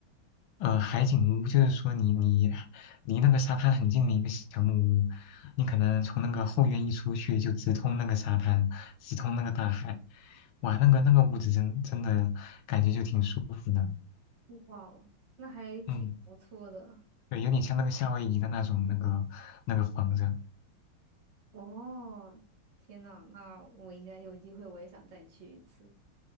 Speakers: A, on the left (about 70°); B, on the right (about 30°).
A: 呃，海景屋就是说你你离那个沙滩很近的一个小木屋，你可能从那个后院一出去就直通那个沙滩，直通那个大海，哇，那个那个屋子真真的感觉就挺舒服的，
B: 哇哦，那还挺不错的。
A: 嗯，对，有点像那个夏威夷的那种那个那个房子，
B: 哦，天呐，那我应该有机会，我也想再去一次，